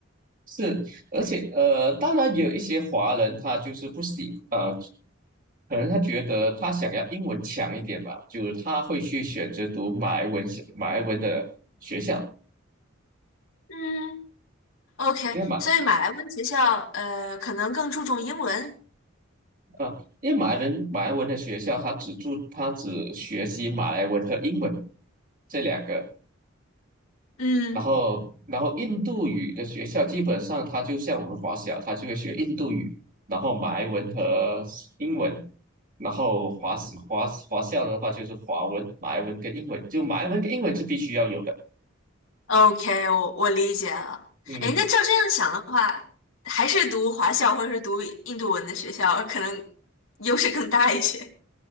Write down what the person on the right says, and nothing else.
是，而且呃，当然也有一些华人他就是不喜啊。可能他觉得他想要英文强一点吧，就他会去选择读马来文小马来文的学校，
因为马
啊，因为马来人马来文的学校，他只注他只学习马来文和英文这两个，
然后然后印度语的学校基本上他就像我们华小，他就会学印度语，然后马来文和英文，然后华华华校的话就是华文、马来文跟英文，就马来文跟英文是必须要有的，
嗯。